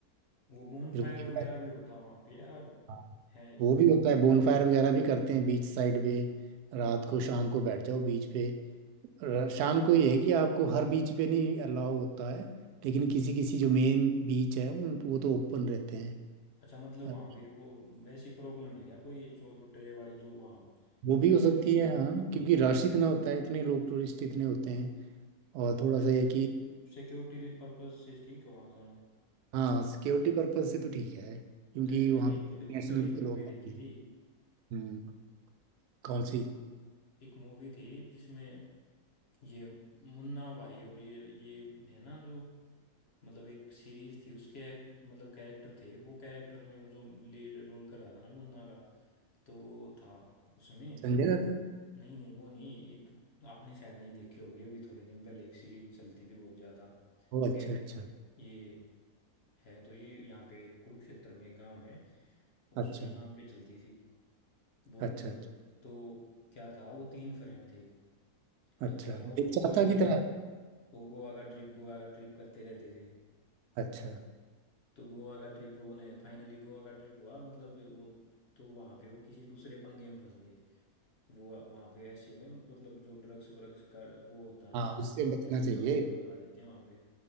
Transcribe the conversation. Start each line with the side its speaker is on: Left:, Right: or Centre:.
Left: वो बोन
Right: फिर
Left: फायर
Right: उसके
Left: वगैरह
Right: बाद
Left: भी होता वहां पे या
Right: हाँ,
Left: है
Right: वो भी होता है बोनफायर वगैरह भी करते हैं बीच साइड पे रात को शाम को बैठ जाओ बीच पे र- शाम को ये है कि आपको हर बीच पे नहीं अलाउ होता है लेकिन किसी किसी जो मेन बीच है उन वो तो ओपन रहते
Left: अच्छा मतलब
Right: हैं
Left: वहां पे वो वैसी प्रॉब्लम है क्या कोई चोर लुटेरे वाली जो वहां
Right: वो भी
Left: नहीं
Right: हो
Left: रहती
Right: सकती है हाँ क्योंकि रश इतना होता है इतने लोग टूरिस्ट इतने होते हैं और थोड़ा
Left: बस
Right: सा ये कि
Left: सिक्योरिटी पर्पज से ठीक है वहां जाना
Right: हाँ सिक्योरिटी पर्पज से तो ठीक है क्योंकि
Left: जैसे मैंने
Right: वहाँ
Left: एक
Right: पे इंटरनेशनल
Left: थोड़े दिन पहले
Right: भी
Left: एक मूवी
Right: तो लोग
Left: देखी
Right: आते हैं
Left: थी
Right: हम्म कौन
Left: वो
Right: सी
Left: एक मूवी थी जिसमें ये मुन्ना भाई और ये ये है ना जो मतलब एक सीरीज थी उसके मतलब कैरेक्टर थे वो कैरेक्टर में वो जो लीड रोल कर रहा था ना मुन्ना का तो वो था उसमें
Right: संजय दत्त
Left: नहीं नहीं वो नहीं एक आपने शायद नहीं देखी होगी अभी थोड़े दिन पहले एक सीरीज चलती थी बहुत ज्यादा
Right: ओ अच्छा
Left: गैंग
Right: अच्छा
Left: ये है तो ये यहाँ पे कुरुक्षेत्र में एक गांव है
Right: अच्छा
Left: उसके नाम पे चलती थी बहुत
Right: अच्छा
Left: मतलब
Right: अच्छा
Left: तो क्या था वो तीन फ्रेंड थे तो
Right: अच्छा
Left: क्या हुआ वो
Right: देवचाता
Left: गोवा का ट्रिप
Right: की तरह
Left: वो गोवा का ट्रिप गोवा का ट्रिप करते रहते थे
Right: अच्छा
Left: तो गोवा का ट्रिप वो नहीं फाइनली गोवा का ट्रिप हुआ मतलब वो तो वहां पे वो किसी दूसरे पंगे में फंस गए वो वहाँ पे ऐसे है मतलब जो ड्रग्स व्रग्स का वो होता है
Right: हाँ
Left: ना
Right: उससे बचना
Left: ऐसे
Right: चाहिए
Left: पंगे में फंसा देते हैं वहाँ पे